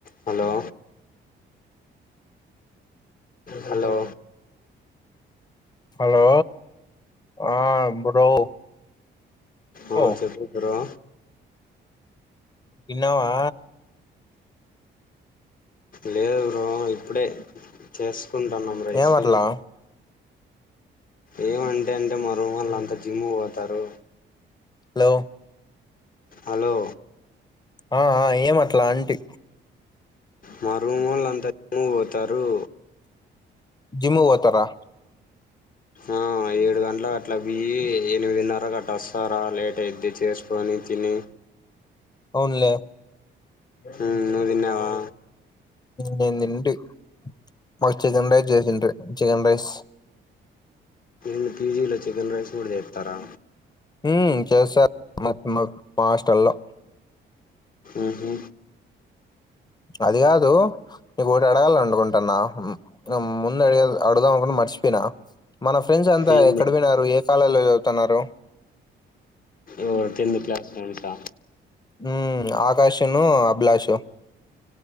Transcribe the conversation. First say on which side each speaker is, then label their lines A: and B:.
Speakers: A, on the left (about 45°); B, on the left (about 20°).
A: <inaudible> Hello hello
B: hello ఆ bro
A: ఆ
B: ఓ
A: చెప్పు బ్రో
B: విన్నావా
A: లేదు బ్రో ఇప్పుడే చేసుకుంటన్నాం రైసు
B: ఏమట్లా
A: ఏమంటే అంటే మా రుమోళ్ళు అంతా జిమ్ము పోతారు
B: హలో
A: హలో
B: ఆ ఆ ఏం అట్లా అంటి
A: మా రూమోళ్లంతా <inaudible> కి పోతారు
B: జిమ్ము కు పోతారా
A: ఆ ఏడు గంటలకు అట్లా దిగి ఎనిమిదిన్నరకు అట్ట వస్తారా లేట్ అయితే చేసుకొని తిని
B: అవునులే
A: మ్మ్ నువ్వు తిన్నావా
B: నేను తింటి మాకి చికెన్ రైస్ చేసిండ్రి చికన్ రైస్
A: మీ పీజీలో చికెన్ రైస్ కూడా చేత్తారా
B: మ్మ్ చేస్తారు మాకు మాకు మా హాస్టల్లో
A: ఉహు
B: అది కాదు నీకు ఒకటి అడగాల అనుకుంటున్నా ముందు అడగ అడుగుదాం అనుకున్నా మర్చిపోయినా మన ఫ్రెండ్స్ అంతా
A: ఏంది
B: ఎక్కడ పోయినారు ఏ కాలేజీలల్లో చదువుతున్నారు
A: ఎవరు టెత్ క్లాస్ ఫ్రెండ్స్ ఆ
B: మ్మ్ ఆకాశ్ ను అభిలాషు